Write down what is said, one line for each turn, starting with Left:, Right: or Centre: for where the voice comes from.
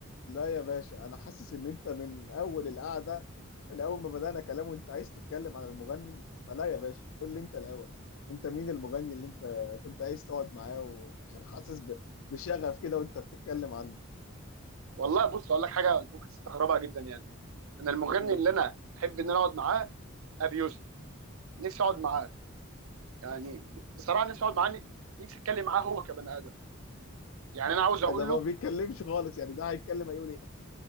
Left: لا يا باشا انا حاسس ان انت من اول القعده من اول ما بدانا كلام وانت عايز تتكلم عن المغني فلا يا باشا قول لي انت الاول انت مين المغني اللي انت كنت عايز تقعد معاه و- عشان حاسس ب- بشغف كده وانت بتتكلم عنه
Right: والله بص اقول لك حاجه انت ممكن تستغربها جدا يعني انا المغني
Left: مم.
Right: اللي انا احب ان انا اقعد معاه ابي يوسف نفسي اقعد معاه يعني بصراحه نفسي اقعد معاه نفسي اتكلم معاه هو كبني ادم يعني انا عاوز اقول
Left: ده ما
Right: له
Left: بيتكلمش خالص يعني ده هيتكلم هيقول ايه